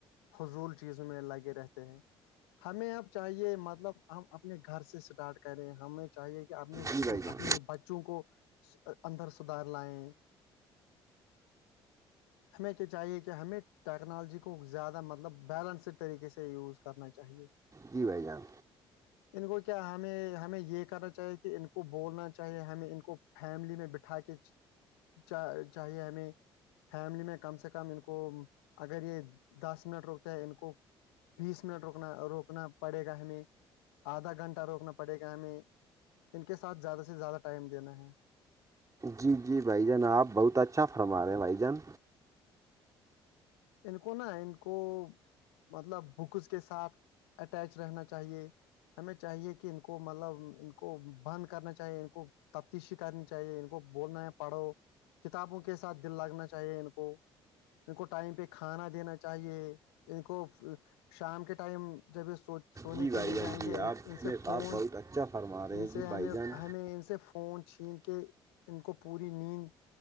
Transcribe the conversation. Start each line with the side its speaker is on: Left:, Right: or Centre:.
Left: فض چیزوں میں لاگے رہتے ہیں ہمیں اب چاہیے مطلب ہم اپنے گھر سے اسٹارٹ کریں ہمیں چاہیے کہ اپنے
Right: جی بھائی جان
Left: اپنے ب بچوں کو اندر سدھار لائےیں ہمیں کیا چاہیے کہ ہمیں ٹیکنالوجی کو زیادہ مطلب بیلنس طریقے سے یوز کرنا چاہیے
Right: جی بھائی جان
Left: ان کو کیا ہمیں ہمیں یہ کرنا چاہیے کہ ان کو بولنا چاہیے ہمیں ان کو فیملی میں بٹھا کے چاہیے ہمیں فیملی میں کم سے کم ان کو اگر یہ دس منٹ روکتا ہے ان کو بیس منٹ روکنا روکنا پڑے گا ہمیں آدھا گھنٹہ روکنا پڑے گا ہمیں ان کے ساتھ زیادہ سے زیادہ ٹائم دینا ہے
Right: جی جی بھائی جان آپ بہت اچھا فرما رہے ہیں بھائی جان
Left: ان کو نا ان کو مطلب بکس کے ساتھ اٹیچ رہنا چ چاہیے ہمیں چاہیے کہ ان کو مطلب ان کو بند کرنا چاہیے ان کو تفتیشی کرنی چاہیے ان کو بولنا ہے پڑھو کتابوں کے ساتھ دل لگنا چاہیے ان کو ان کو ٹائم پہ کھانا دینا چاہیے ان کو شام کے ٹائم جب یہ سو سونے
Right: جی
Left: کے
Right: بھائی
Left: لیے جائیں
Right: جان جی
Left: گے
Right: آپ
Left: ان سے
Right: نے
Left: فون
Right: آپ بہت اچھا فرما رہے
Left: ان
Right: ہیں
Left: سے
Right: جی
Left: ہمیں
Right: بھائی جان
Left: ہمیں ان سے فون چھین کے ان کو پوری نیند